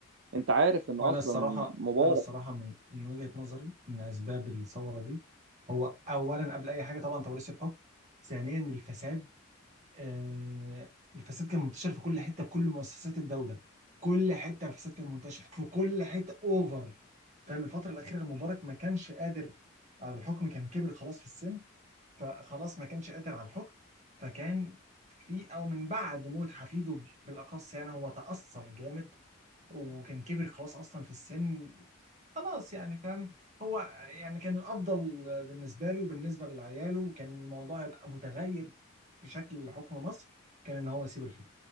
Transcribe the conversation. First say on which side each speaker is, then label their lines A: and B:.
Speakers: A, on the right (about 60°); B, on the right (about 35°).
A: انت عارف ان
B: وانا
A: اصلا
B: الصراحة
A: مبارك
B: انا الصراحة من من وجهة نظري ان اسباب الثورة دي هو اولا قبل اي حاجة طبعا توريث الحكم ثانيا الفساد آه، الفساد كان منتشر في كل حته في كل مؤسسات الدوله كل حته الفساد كان منتشر في كل حته اوفر فاهم الفتره الاخيره المبارك ما كانش قادر على الحكم كان كبر خلاص في السن فخلاص ما كانش قادر على الحكم فكان في او من بعد موت حفيده بالاخص يعني هو تاثر جامد وكان كبر خلاص اصلا في السن خلاص يعني فاهم هو يعني كان الافضل بالنسبه له وبالنسبه لعياله كان الموضوع يبقى متغير بشكل حكم مصر كان ان هو يسيب الحكم